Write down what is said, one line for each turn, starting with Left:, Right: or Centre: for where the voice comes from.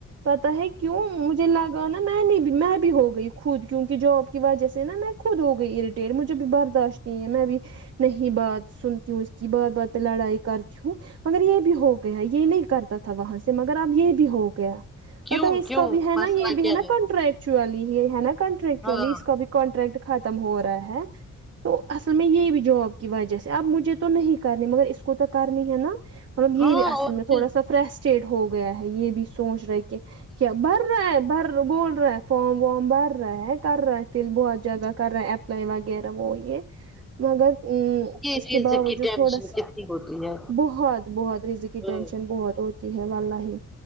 Right: پتا ہے کیوں مجھے لگ انا میں نے بھی میں بھی ہو گئی خود کیونکہ جاب کی وجہ سے نا میں خود ہو گ ئی اریٹیٹ مجھے بھی برداشت نہیں ہے میں بھی نہیں بات سنتی ہوں اس کی بات بات پہ لڑائی کرتی ہوں مگر یہ بھی ہو گیا ہے یہ نہیں کرتا تھا وہاں سے مگر اب یہ بھی ہو گیا
Centre: کیوں
Right: بتہ ہے اس
Centre: کیوں
Right: کا بھی ہے
Centre: مسئلہ
Right: نا یہ بھی
Centre: کیا
Right: ہے نا کنٹریکٹ ایکچولی یہ ہے نا کانٹریکٹ
Centre: ہاں
Right: یکچولی اس کا بھی کانٹریکٹ ختم ہو رہا ہے تو اصل میں یہ بھی جاب کی وجہ سے اب مجھے تو نہیں کرنی مگر اس کو تو کرنی ہے نا مطلب یہ
Centre: ہاں
Right: بھی اصل
Centre: اور
Right: میں تھوڑا
Centre: پھر
Right: سا فرسٹریٹ ہو گیا ہے یہ بھی سوچ رہے کہ کیا بھر رہا ہے بھر بول رہا ہے فارم وم بھر رہا ہے کر رہے ہیں فل بہت جگہ کر رہا ہے ایپلائی وغیرہ وہ یہ مگر ا
Centre: یہ
Right: اس کے
Centre: رزق
Right: باوجود
Centre: کی ٹینشن
Right: تھوڑا سا
Centre: کتنی ہوتی ہے
Right: بہت بہت رضلٹ
Centre: ہاں،
Right: کی ٹینشن بہت ہوتی ہے والا ہی